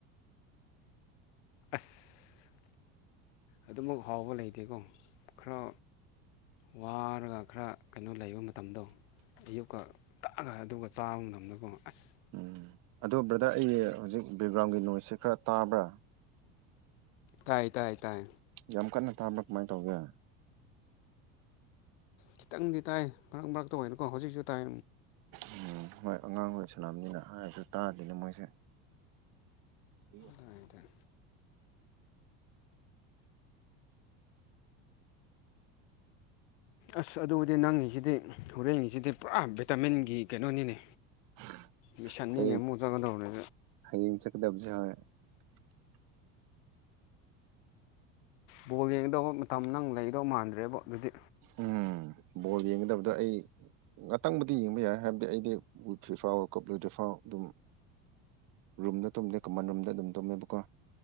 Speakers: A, on the left (about 80°); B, on the right (about 60°).
A: ꯑꯁ ꯑꯗꯨꯃꯛ ꯍꯥꯎꯕ ꯂꯩꯇꯦꯀꯣ ꯈꯔ ꯋꯥꯔꯒ ꯈꯔ ꯀꯩꯅꯣ ꯂꯩꯕ ꯃꯇꯝꯗꯣ ꯑꯌꯨꯛꯀ ꯇꯛꯑꯒ ꯑꯗꯨꯒ ꯆꯥꯕ ꯃꯇꯝꯝꯗꯒ ꯑꯁ
B: ꯎꯝ ꯑꯗꯣ ꯕ꯭ꯔꯗꯔ ꯑꯩ ꯍꯧꯖꯤꯛ ꯕꯦꯛꯒ꯭ꯔꯥꯎꯟꯒꯤ ꯅꯣꯁꯁꯦ ꯈꯔ ꯇꯥꯕ꯭ꯔꯥ
A: ꯇꯥꯏ ꯇꯥꯏ ꯇꯥꯏ
B: ꯌꯥꯝ ꯀꯟꯅ ꯊꯥꯕ꯭ꯔꯥ ꯀꯃꯥꯏꯅ ꯇꯧꯒꯦ
A: ꯈꯤꯇꯪꯗꯤ ꯇꯥꯏ ꯃꯔꯛ ꯃꯔꯛꯇ ꯑꯣꯏꯅꯀꯣ ꯍꯧꯖꯤꯛꯁꯨ ꯇꯥꯏ
B: ꯎꯝ ꯍꯣꯏ ꯑꯉꯥꯡꯈꯣꯏ ꯁꯅꯥꯝꯅꯤꯅ ꯍꯥꯏꯔꯗꯨ ꯇꯥꯗꯅꯦ ꯃꯣꯏꯁꯦ ꯍ
A: ꯇꯥꯏ ꯇꯥꯏ ꯑꯁ ꯑꯗꯨꯕꯨꯗꯤ ꯅꯪꯉꯤꯁꯤꯗꯤ ꯍꯣꯔꯦꯟꯒꯤꯁꯤꯗꯤ ꯄꯨꯔꯥ ꯚꯤꯇꯥꯃꯤꯟꯒꯤ ꯀꯩꯅꯣꯅꯤꯅꯦ
B: <unintelligible>
A: ꯃꯤꯁꯛꯅꯤꯅꯦ
B: ꯍꯌꯦꯡ
A: ꯑꯃꯨꯛ ꯆꯠꯀꯗꯧꯅꯤꯅ
B: ꯍꯌꯦꯡ ꯆꯠꯀꯗꯕꯁꯦ ꯍꯣꯏ
A: ꯕꯣꯜ ꯌꯦꯡꯒꯗꯧꯕ ꯃꯇꯝ ꯅꯪ ꯂꯩꯒꯗꯧ ꯃꯥꯟꯗ꯭ꯔꯦꯕ ꯑꯗꯨꯗꯤ
B: ꯎꯝ ꯕꯣꯜ ꯌꯦꯡꯒꯗꯕꯗ ꯑꯩ ꯉꯥꯛꯇꯪꯕꯨꯗꯤ ꯌꯦꯡꯕ ꯌꯥꯏ ꯍꯥꯏꯕꯗꯤ ꯑꯩꯗꯤ ꯎꯋꯐꯦ ꯐꯥꯎꯋ ꯀꯞ ꯂꯣꯏꯗꯦ ꯐꯥꯎꯋ ꯑꯗꯨꯝ ꯔꯨꯝꯗ ꯇꯨꯝꯗꯦ ꯀꯃꯟ ꯔꯨꯝꯗ ꯑꯗꯨꯝ ꯇꯨꯝꯃꯦꯕꯀꯣ